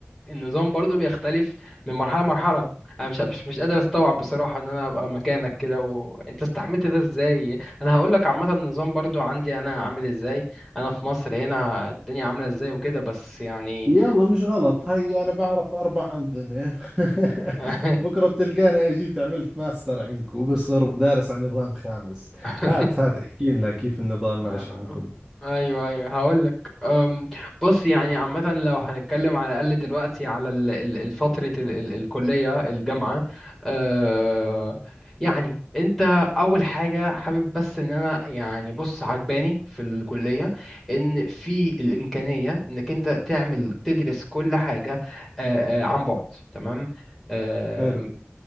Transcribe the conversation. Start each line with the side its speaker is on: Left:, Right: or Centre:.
Centre: النظام برضو بيختلف من مرحلة لمرحلة انا مش مش مش قادر استوعب بصراحة ان انا ابقى مكانك كده وانت استحملت ده ازاي انا هقول لك عامة النظام برضو عندي انا عامل ازاي انا في مصر هنا الدنيا عاملة ازاي وكده بس يعني
Right: يلا مش غلط هي انا بعرف اربع انظمه <laughs>
Centre: آه.
Right: بكره بتلقانا اجيت عملت ماستر عندكم وبصير دارس عن نظام خامس
Centre: <laughs>
Right: هات هات احكي لنا كيف النظام
Centre: آه،
Right: ماشي عندكم
Centre: ايوه ايوه هقول لك بص يعني عامه لو هنتكلم على الاقل دلوقتي على ال- ال- ال- فتره ال- ال- الكليه الجامعه آه، يعني انت اول حاجه حابب بس ان انا يعني بص عجباني في الكليه ان في الامكانيه انك انت تعمل تدرس كل حاجه آه، آه، عن بعد تمام آه،
Right: حلو
Centre: م-